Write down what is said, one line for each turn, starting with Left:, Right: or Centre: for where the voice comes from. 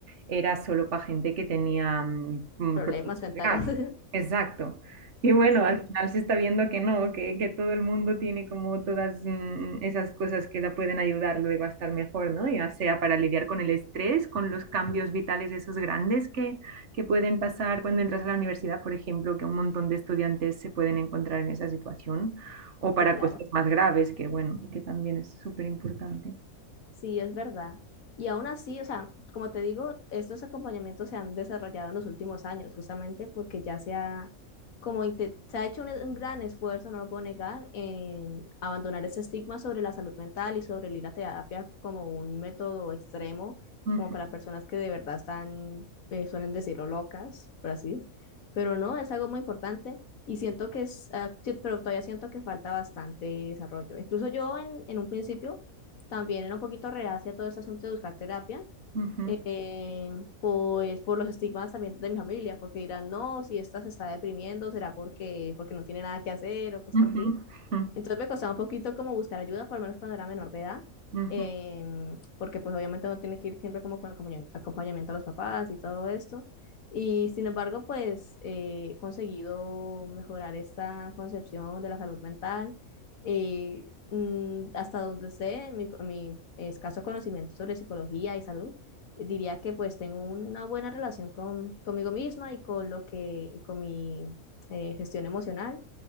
Right: era solo para gente que tenía mm,
Left: Problemas
Right: problemas
Left: mentales.
Right: graves.
Left: <laughs>
Right: Exacto. Y bueno,
Left: Sí,
Right: al final se está viendo que no, que, que todo el mundo tiene como todas mm, esas cosas que la pueden ayudar luego a estar mejor, ¿no? Ya sea para lidiar con el estrés, con los cambios vitales esos grandes que, que pueden pasar cuando entras a la universidad, por ejemplo, que un montón de estudiantes se pueden encontrar en esa situación, o para
Left: sí, claro.
Right: cosas más graves, que bueno, que también es súper importante.
Left: Sí, es verdad. Y aún así, o sea, como te digo, estos acompañamientos se han desarrollado en los últimos años, justamente porque ya se ha, como inte- se ha hecho un, un gran esfuerzo, no lo puedo negar, en abandonar ese estigma sobre la salud mental y sobre el ir a terapia como un método extremo,
Right: Ujú,
Left: como para personas que de verdad están, eh, suelen decirlo, locas, por así. Pero no, es algo muy importante. Y siento que es, ah, sí, pero todavía siento que falta bastante desarrollo. Incluso yo en en un principio también era un poquito reacia a todo este asunto de buscar terapia,
Right: ujú,
Left: eh, pues por los estigmas también de mi familia, porque dirán, no, si esta se está deprimiendo, será porque, porque no tiene nada que hacer o cosas
Right: ujú,
Left: así.
Right: ujú, ujú,
Left: Entonces me costaba un poquito como buscar ayuda, por lo menos cuando era menor de edad,
Right: ujú,
Left: em, porque pues obviamente uno tiene que ir siempre como con acompañan- acompañamiento a los papás y todo esto. Y sin embargo, pues eh, he conseguido mejorar esta concepción de la salud mental. Eh, mm, hasta donde sé, mi, co- mi escaso conocimiento sobre psicología y salud, diría que pues tengo una buena relación con, conmigo misma y con lo que, y con mi eh, gestión emocional